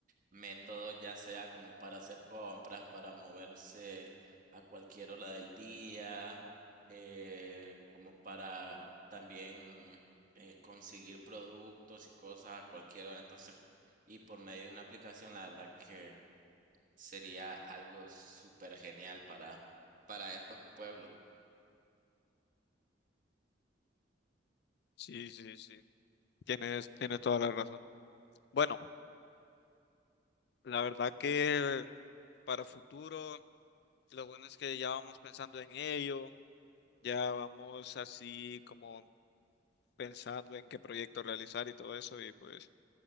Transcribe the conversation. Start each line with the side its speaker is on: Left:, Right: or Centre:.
Right: método, ya sea como para hacer compras, para moverse a cualquier hora del día, eh, como para también eh, conseguir productos y cosas a cualquier hora. Entonces, y por medio de una aplicación, la verdad que sería algo súper genial para, para estos pueblos.
Left: Sí, sí, sí. Tienes, tienes toda la razón. Bueno, la verdad que para futuro. Lo bueno es que ya vamos pensando en ello, ya vamos así como pensando en qué proyecto realizar y todo eso. Y pues